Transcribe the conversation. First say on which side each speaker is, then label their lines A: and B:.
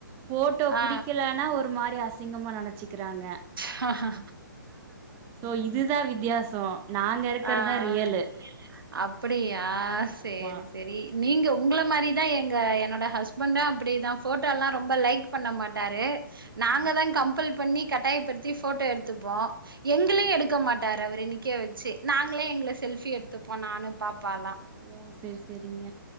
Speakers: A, on the right; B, on the right.
A: ஃபோட்டோ
B: ஆ
A: புடிக்கலானா ஒரு மாரி அசிங்கமா நெனச்சிக்கிறாங்க
B: ஹஹஹ
A: சோ இதுதா வித்யாசோ நாங்க இருக்கறதா
B: ஆ
A: ரியலு
B: ஆ அப்படியா
A: ஆமா
B: சேரி செரி நீங்க உங்கள மாரி தான் எங்க என்னோட ஹஸ்பண்டு அப்படிதா ஃபோட்டோலா ரொம்ப லைக் பண்ண மாட்டாரு
A: ஆ
B: நாங்க தா கம்பல் பண்ணி கட்டாயப்படுத்தி ஃபோட்டோ எடுத்துப்போ எங்களையே
A: ஓ
B: எடுக்க மாட்டார் தவரு இன்னிக்கே வச்சி நாங்களே எங்கள செல்ஃபி எடுத்துப்போம் நானு பாப்பால்லா
A: ஓ செர் செரிங்க